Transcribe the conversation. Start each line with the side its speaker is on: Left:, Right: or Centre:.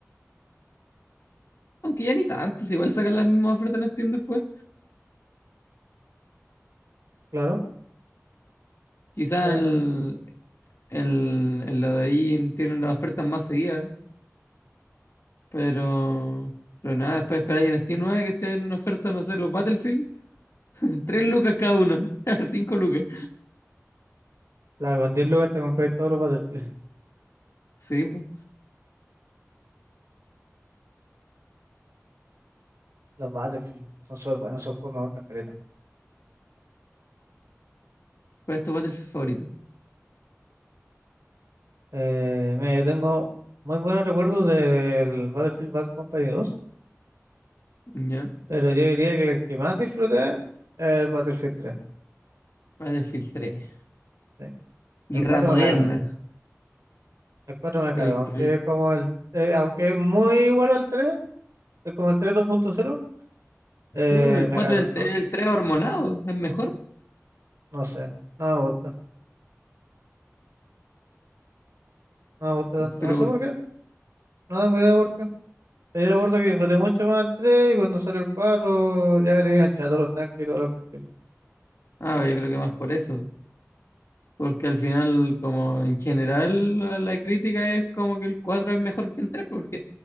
Left: Aunque ya ni tanto, si igual sacan las mismas ofertas en Steam después.
Right: Claro,
Left: Quizás
Right: pero
Left: en, en- en la de ahí tienen las ofertas más seguidas, pero, pero nada, después esperáis en Steam 9 que esté en oferta, no sé, los Battlefield. <laughs> Tres lucas cada uno, <laughs> cinco lucas.
Right: claro, con 10 lucas te compré todos los Battlefield.
Left: Sí, po.
Right: Los Battlefield son súper buenos, esos juegos me gustan caleta.
Left: ¿cuál es tu Battlefield favorito?
Right: Eh, mira, yo tengo muy buenos recuerdos del Battlefield Bad Company 2,
Left: Ya,
Right: pero yo diría que el que más disfruté es el Battlefield tres
Left: Battlefield tres
Right: sí.
Left: Guerra
Right: El 4
Left: moderna.
Right: me cargo, el cuatro me cargo,
Left: Pero el,
Right: aunque
Left: pero el-
Right: es como el, eh, aunque es muy igual al tres es como el 3 2.0,
Left: sí,
Right: eh,
Left: pero el
Right: me
Left: cuatro
Right: cargo,
Left: el,
Right: no,
Left: tre- el 3 hormonado es mejor.
Right: no sé, no me gusta, no me gusta tanto,
Left: Pero
Right: no sé
Left: por,
Right: por qué, no tengo idea por qué. Pero yo recuerdo que disfruté mucho más el tres y cuando salió el 4 ya me tenían chato los tanques y todas las cuestiones.
Left: ah, yo creo que más por eso. Porque al final, como en general, la, la crítica es como que el 4 es mejor que el 3 porque